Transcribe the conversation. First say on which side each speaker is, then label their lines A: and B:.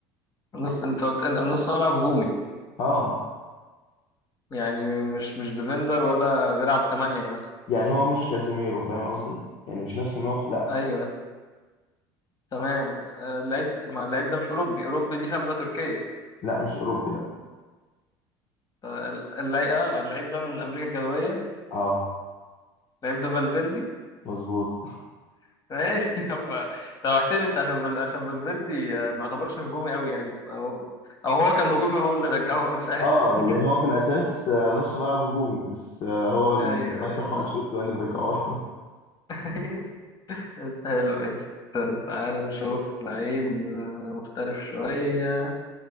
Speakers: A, on the left; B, on the left.
A: نص انت قلت ان نص ملعب هجومي
B: اه
A: يعني مش مش ديفندر ولا بيلعب تمانية مثلا
B: يعني هو مش كازيميرو فاهم قصدي يعني مش نفس الموقع لا
A: ايوه تمام آه، اللعيب ما اللعيب ده مش اوروبي اوروبي دي شاملة تركيا
B: لا مش اوروبي لا
A: ط- ال- اللعيب اه اللعيب ده من امريكا الجنوبية
B: اه
A: اللعيب ده فالفيردي
B: مظبوط
A: <laughs> ماشي يا عم سوحتني انت عشان بل... عشان فالفيردي آه، ما يعتبرش هجومي قوي يعني او او هو كان هجومي هو اللي رجعه بقى مش عارف
B: اه يعني هو في الاساس آه، نص ملعب هجومي بس آه، هو
A: <laughs>
B: ال-
A: ايوه
B: الله
A: ايوه
B: يسامحه
A: صح
B: انشيلوتي
A: <laughs>
B: بقى اللي مرجعه لنا.
A: مم. بس حلو ماشي استنى تعالى نشوف لعيب آه، مختلف شوية